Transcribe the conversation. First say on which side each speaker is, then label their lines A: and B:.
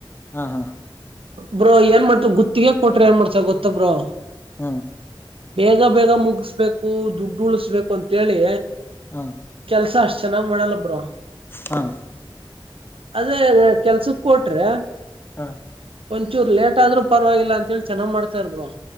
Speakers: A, on the left; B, on the right.
A: ಹಾ ಹಾ
B: ಬ್ರೋ ಏನ್ ಮಾಡ್ತ ಗುತ್ತಿಗೆ ಕೊಟ್ರ ಏನ್ ಮಾಡ್ತ ಗೊತ್ತ ಬ್ರೋ
A: ಹಾ
B: ಬೇಗ ಬೇಗ ಮುಗಿಸ್ಬೇಕು ದುಡ್ಡು ಉಳಿಸಬೇಕು ಅಂತೇಳಿ
A: ಹಾ
B: ಕೆಲ್ಸ ಅಷ್ಟ್ ಚೆನ್ನಾಗಿ ಮಾಡಲ್ಲ ಬ್ರೊ
A: ಹಾ
B: ಅದೇ ಅದೇ ಕೆಲ್ಸಕ್ ಕೊಟ್ರೆ
A: ಹಾ
B: ಒಂಚೂರ್ ಲೇಟ್ ಆದ್ರೂ ಪರವಾಗಿಲ್ಲ ಅಂತೇಳಿ ಚನ್ನಾಗ್ ಮಾಡ್ತಾರ್ ಬ್ರೊ